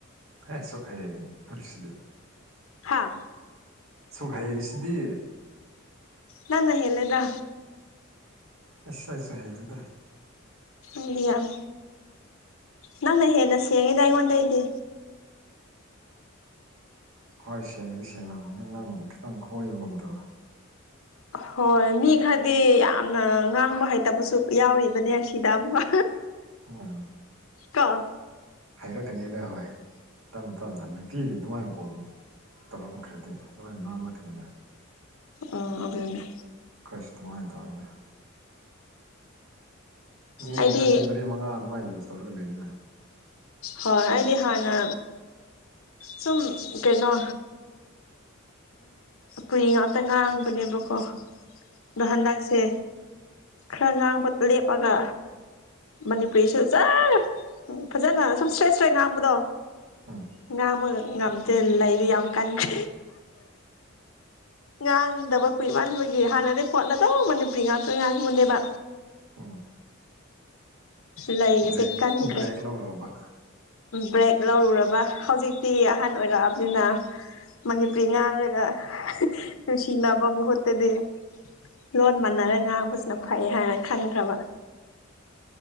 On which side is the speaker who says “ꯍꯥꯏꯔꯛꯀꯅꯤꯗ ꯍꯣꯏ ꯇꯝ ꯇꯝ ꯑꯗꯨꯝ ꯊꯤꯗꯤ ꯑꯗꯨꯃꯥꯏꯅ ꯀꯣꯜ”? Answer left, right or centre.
Right